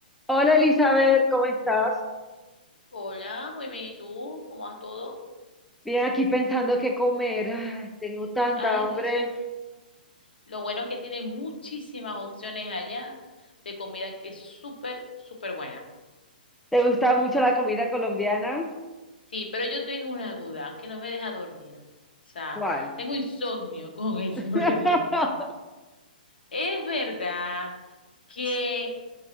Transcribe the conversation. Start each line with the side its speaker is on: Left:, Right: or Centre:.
Centre: Hola Elizabeth, ¿cómo estás?
Left: Hola, muy bien, ¿y tú? ¿Cómo vas todo?
Centre: Bien, aquí pensando qué comer. Ay, tengo tanta
Left: Ay,
Centre: hambre.
Left: Dios. Lo bueno es que tienen muchísimas opciones allá de comida que es súper, súper buena.
Centre: ¿Te gusta mucho la comida colombiana?
Left: Sí, pero yo tengo una duda que no me deja dormir. O sea,
Centre: ¿Cuál?
Left: tengo insomnio con esa
Centre: <laughs>
Left: <laughs> pregunta. ¿Es verdad que